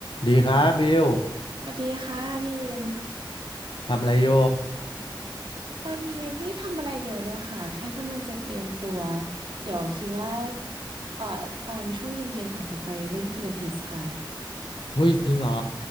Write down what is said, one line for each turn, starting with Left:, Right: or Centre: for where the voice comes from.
Left: ดีครับบิว
Right: สวัสดีค่ะพี่เอ็ม
Left: ทำอะไรโย
Right: ตอนนี้ไม่ได้ทำอะไรเยอะเลยค่ะแค่กำลังจะเตรียมตัวเดี๋ยวคิดว่าเอ่อตอนช่วงเย็นๆอาจจะไปเล่นพิลาทิสค่ะ
Left: เฮ้ยจริงเหรอ